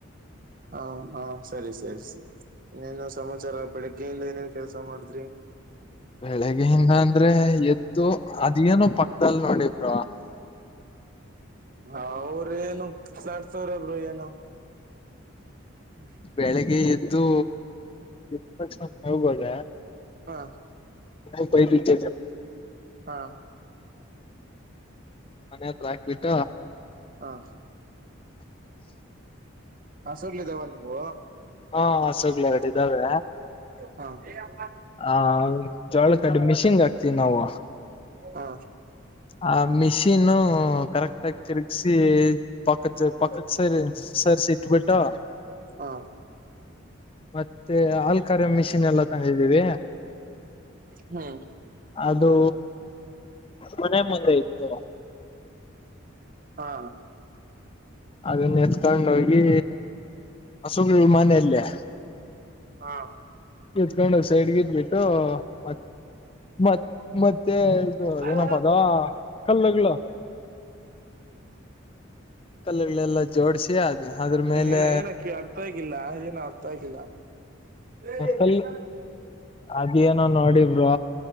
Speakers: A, on the right; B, on the left.
A: ಹಾ ಹಾ ಸರಿ ಸರಿ ಸರಿ ಇನ್ನೇನ್ ಸಮಾಚಾರ ಬೆಳಿಗ್ಗೆಯಿಂದ ಏನೇನ್ ಕೆಲ್ಸ ಮಾಡಿದ್ರಿ
B: ಬೆಳಗ್ಗೆ ಹಿಂದ ಅಂದ್ರೆ ಎದತ್ತು ಅದನೋ ಪಕ್ಕದಲ್ ನೋಡಿಬ್ರ
A: ಅವ್ರ ನು ಸಾಡ್ತವ್ರಬರು ಏನು ಹ್ಮ್
B: ಬೆಳಿಗ್ಗೆ ಎದ್ದು ಎ ಹೋಗುವಾಗ
A: ಹಾ
B: ಹ ಬಯ ಬಿದ
A: ಹಾ
B: ಮನೆ ಹತ್ರಾಕ್ಬಿಟ್ಟ
A: ಹಾ ಹಸುರ್ಲಿ ದವ ನಿಬು
B: ಹಾಸಗ್ಲ ಎರಡು ಇದಾವ್ರೆ
A: ಹಾ
B: ಆ ಜೋಳ ಕಡ್ ಮಿಷಿನ್ ಆಕ್ತಿವಿ ನಾವು
A: ಹಾ
B: ಆ ಮಿಷಿನು ಹ ಕರೆಕ್ಟ್ ಆಗಿ ತಿರುಗ್ಸಿ ಪಕ್ಕದ ಪಕ್ಕಕ್ ಸರಿ ಸರಿಸಿ ಇಟ್ಬಿಟ್ಟು
A: ಹಾ
B: ಮತ್ತೆ ಆಲ್ಕರೆ ಮಿಷಿನ್ ಎಲ್ಲಾ ತಂದಿದ್ದೀವಿ.
A: ಹ್ಮ
B: ಅದು ಮನೆ ಮದ್ದ ಇತ್ತು ಅಲ್ಲ.
A: ಹಾ
B: ಅದನ್ನ ಎತ್ಕೊಂಡೋಗಿ ಹಸುಗ್ ಮನೆಯಲ್ಲೇ.
A: ಹಾ
B: ಎತ್ಕೊಂಡ ಹೋಗ ಸೈಡ್ಗ ಇದ್ಬಿಟ್ಟು ಮ ಮ ಮತ್ತೆ ಇದು
A: ಹ್ಮ್
B: ಏನಪ್ಪ ಅದ ಕಲ್ಲುಗಳು ಕಲ್ಲುಗಳೆಲ್ಲ ಜೋಡ್ಸಿ ಅದ್ ಅದ್ರ ಮೇಲೆ
A: ಏನ ಏನ ಅರ್ಥ ಆಗಿಲ್ಲ ಏನು ಅರ್ಥ ಆಗಿಲ್ಲ. ಏ
B: ಕಲ್
A: ಎ ಸ.
B: ಅದೇನೋ ನೋಡಿ ಬ್ರೋ